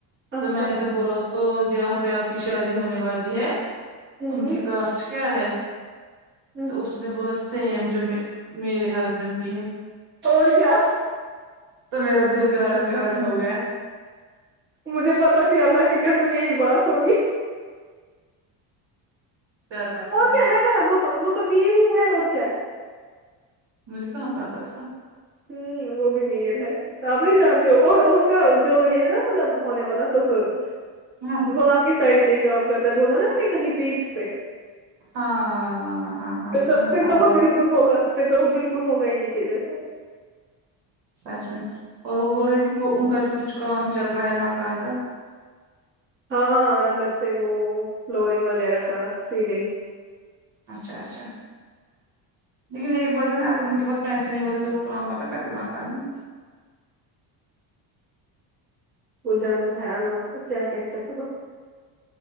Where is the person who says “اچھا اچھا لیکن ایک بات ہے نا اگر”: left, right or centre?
Right